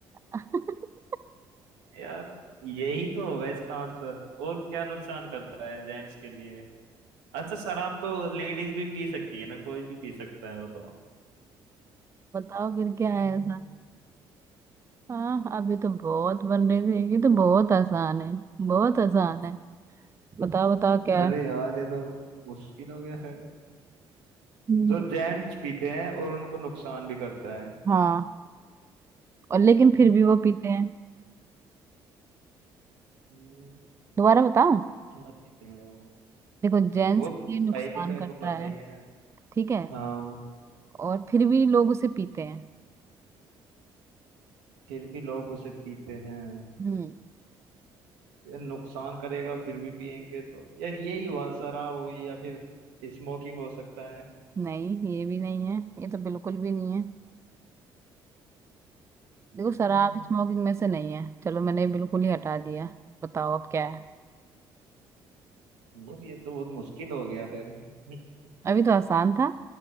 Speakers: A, on the right (about 25°); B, on the right (about 80°).
A: <laughs>
B: यार यही तो होगा इसका आंसर और क्या नुकसान करता है जेंट्स के लिए अच्छा शराब तो लेडीज भी पी सकती है ना कोई भी पी सकता है वो तो
A: बताओ फिर क्या है
B: हम्म।
A: ऐसा हाँ अभी तो बहुत बन रहे थे ये तो बहुत आसान है बहुत आसान है बताओ बताओ क्या
B: अरे
A: है
B: यार ये तो मुश्किल हो गया है
A: हम्म,
B: जो जेंट्स पीते हैं और उनको नुकसान भी करता है
A: हाँ और लेकिन
B: हम्म,
A: फिर भी वो
B: ये-
A: पीते हैं
B: हम्म।
A: दोबारा बताओं
B: क्या पीते हो
A: देखो जेंट्स
B: वो
A: के लिए नुकसान
B: पहली तो मेरे
A: करता
B: को पता
A: है
B: ही है
A: ठीक है
B: हाँ
A: और फिर भी लोग उसे पीते हैं
B: फिर भी लोग उसे पीते हैं
A: हम्म
B: ये नुकसान करेगा फिर भी पियेंगे तो यार यही हुआ शराब हुई या फिर स्मोकिंग हो सकता है
A: नहीं ये भी नहीं है ये तो बिल्कुल भी नहीं है देखो शराब
B: हम्म,
A: स्मोकिंग में से नहीं है चलो मैंने बिल्कुल ही हटा दिया बताओ अब क्या है
B: यार ये तो बहुत मुश्किल हो गया फिर <laughs>
A: अभी तो आसान था